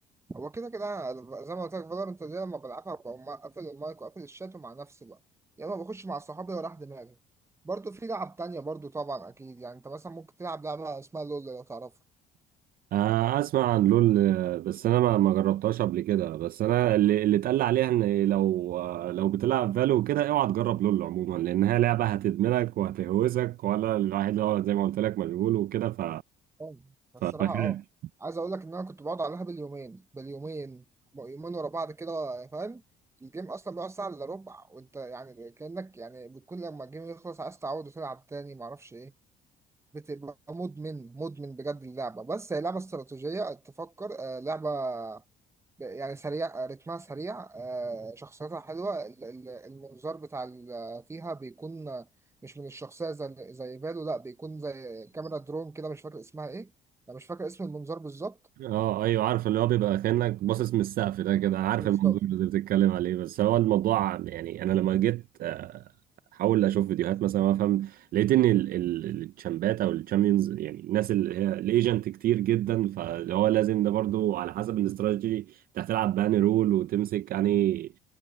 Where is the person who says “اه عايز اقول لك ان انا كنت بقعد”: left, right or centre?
Right